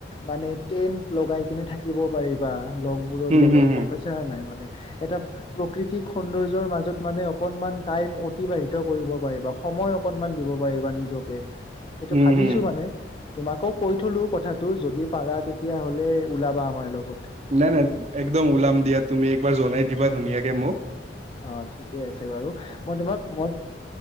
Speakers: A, on the left; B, on the right.
A: মানে টেন্ট লগাই কিনে থাকি থাকিব পাৰিবা লগবোৰৰ
B: হম
A: লগত
B: হম হম
A: গম পাইছা নে নাই মানে এটা প্ৰকৃতিক সৌন্দৰ্যৰ মাজত মানে অকনমান টাইম অতিবাহিত কৰিব পাৰিবা সময় অকনমান দিব পাৰিবা নিজকে সেইটো
B: হম
A: ভাবিছো
B: হম
A: মানে তোমাকো কৈ থলো কথাটো যদি পাৰা তেতিয়াহ'লে ওলাবা আমাৰ লগত।
B: নাই-নাই একদম ওলাম দিয়া তুমি একবাৰ জনাই দিবা ধুনীয়াকে মোক
A: অ ঠিকে আছে বাৰু মই তোমাক মই